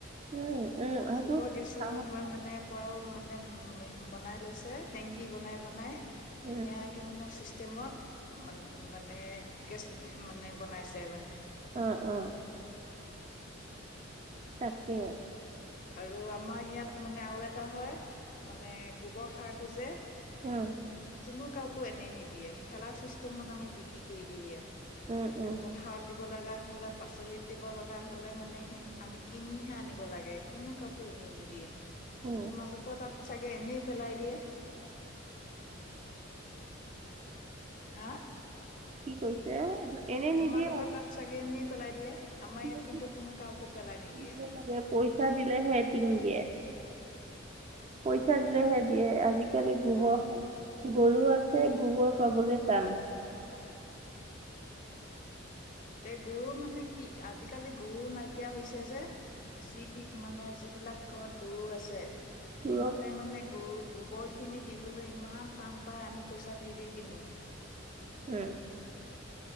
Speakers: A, on the right; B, on the left.
A: উম। উম উম
B: গোবৰ
A: সেইটো
B: গেছৰ
A: হাঁহত।
B: মানে পৰাও মানে উ বনাই লৈছে টেংকি বনাই বনাই
A: উম
B: ধুনীয়াকে মানে চিষ্টেমত মানে গেছ মানে বনাইছে মানে
A: অ' অ'। তাকেই।
B: আৰু আমাৰ ইয়াত মানে আৰু এটা হয় মানে গোবৰ সাৰটো যে
A: উম
B: কোনো কাকো এনেই নিদিয়ে ঠেলা ছিষ্টেমত আমি বিক্ৰী কৰি দিয়ে ইয়াত।
A: উম উম
B: পথাৰত দিব লগা লে পাচলিত দিব লগা হ'লে মানে সি আমি কিনিহে আনিব লাগে কোনো কাকো এনেই নিদিয়ে।
A: উম
B: তোমালোকৰ তাত চাগে এনেই পেলাই দিয়ে। হা।
A: কি কৈছে? এনে
B: তোমালোকৰ
A: নিদিয়ে
B: তাত চাগেই এনেই পেলাই দিয়ে। আমাৰ
A: আজিকালি
B: ইয়াত কিন্তু কোনো কাকো পেলাই নিদিয়ে।
A: দিব লাগে পইচা দিলেহে এটিং দিয়ে। পইচা দিলেহে দিয়ে। আজিকালি গোবৰসাৰ
B: অ
A: গৰু আছে গোবৰ পাবলৈ টান।
B: তে গৰু মানে কি, আজিকালি গৰু নাইকিয়া হৈছে যে, যিটি মানে যি বিলাক ঘৰত গৰু আছে, সিহঁতে
A: চোৰক
B: মানে গৰু গোবৰখিনি দিবলৈ ইমান টান পায়, আমি পইচা দি দি কিনো।
A: উম